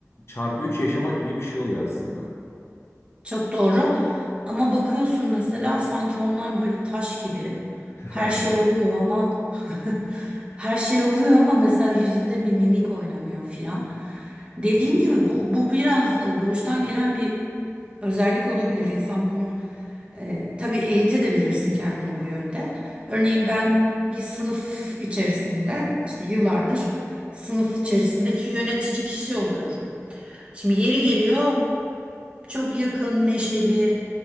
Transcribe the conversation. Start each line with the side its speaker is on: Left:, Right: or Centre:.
Left: Çarpı 3 yaşamak gibi bir şey oluyor aslında.
Right: Çok doğru. Ama bakıyorsun mesela sanki onlar böyle taş gibi.
Left: <laughs>
Right: Her
Left: Aynen.
Right: şey oluyor ama <laughs> her şey oluyor ama mesela yüzünde bir mimik oynamıyor filan. Dediğin gibi bu, bu biraz e, doğuştan gelen bir özellik olabilir. İnsan bunu e, tabii eğitebilirsin kendini bu yönde. Örneğin ben bir sınıf içerisinde işte yıllardır sınıf içerisindeki yönetici kişi oluyorum. Şimdi yeri geliyor çok yakın, neşeli